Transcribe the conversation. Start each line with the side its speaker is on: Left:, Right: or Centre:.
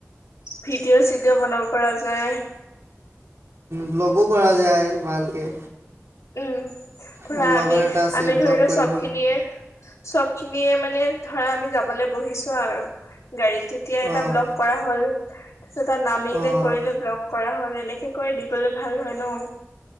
Left: ভিডিঅ'-চিডিঅ' বনাব পৰা যায়।
Right: ব্লগো কৰা যায় ভালকে।
Left: উম, ধৰা
Right: মোৰ লগৰ
Left: আমি
Right: এটা আছে
Left: আমি
Right: ব্লগ
Left: ধৰি লও
Right: কৰিব
Left: চব খিনিয়ে চব খিনিয়ে মানে ধৰা আমি যাবলৈ বহিছো আৰু গাড়ীত তেতিয়া এটা
Right: অঁ
Left: ব্লক কৰা হ'ল, তাৰপছত নামিলে
Right: অঁ
Left: কৰিলে ব্লগ। কৰা হ'ল এনেকে কৈ দিবলৈ ভাল হয় ন?